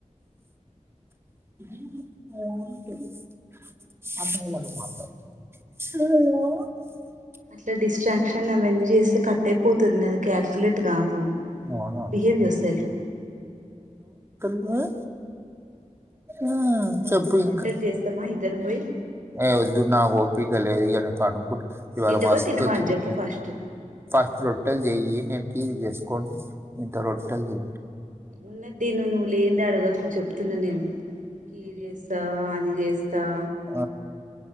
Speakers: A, on the right (about 20°); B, on the right (about 80°).
A: <inaudible> <unintelligible>
B: అట్లా డిస్ట్రాక్షన్ అవన్నీ చేస్తే కట్ అయిపోతుంది నాది కాలిక్యలేట్ కాదు
A: అవునా
B: బిహేవ్ యువర్ సెల్ఫ్
A: <unintelligible> ఉమ్, చెప్పు
B: రొట్టెల్
A: ఇంకా
B: చేస్తామ ఇద్దరు పోయి
A: ఏ వద్దు నా <unintelligible> లేదుగాని పనుకు ఇవాళ
B: తింటవా
A: మస్తు
B: తినవా అని చెప్పు ఫస్ట్
A: ఫస్ట్ రొట్టెలు చెయ్యి నేను చేసుకోండి ఇంత రొట్టెలు తి
B: ఉన్నది దిను నువ్వు లేనిది అడగకు చెప్తున నేను కీర్ చేస్తావ అది చేస్తావ
A: <unintelligible>